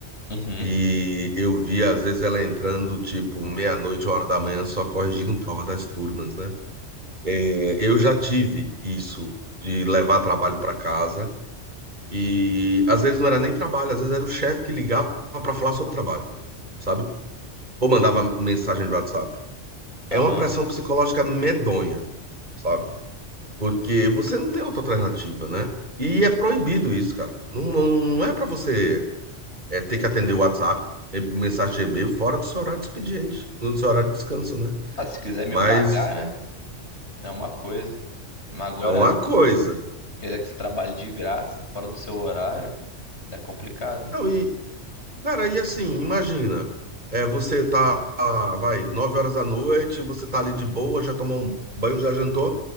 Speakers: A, on the left; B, on the right.
A: Uhum.
B: E eu vi, às vezes, ela entrando, tipo, meia-noite, uma hora da manhã, só corrigindo prova das turmas, né? Eh, Eu já tive isso, de levar trabalho para casa. E às vezes não era nem trabalho, às vezes era o chefe que ligava para falar sobre trabalho, sabe? Ou mandava mensagem de WhatsApp. É
A: Aham.
B: uma pressão psicológica medonha, sabe? Porque você não tem outra alternativa, né? E é proibido isso, cara. Não, não, não é para você é, ter que atender o WhatsApp, eh, mensagem de e-mail fora do seu horário de expediente, no seu horário de descanso, né?
A: Ah, se quiser me
B: Mas
A: pagar, né? É uma coisa. Mas agora,
B: é uma coisa.
A: querer que você trabalhe de graça, fora do seu horário, é complicado.
B: Não, e, cara, e assim, imagina, é, você tá, ah, vai, nove horas da noite, você tá ali de boa, já tomou um banho, já jantou.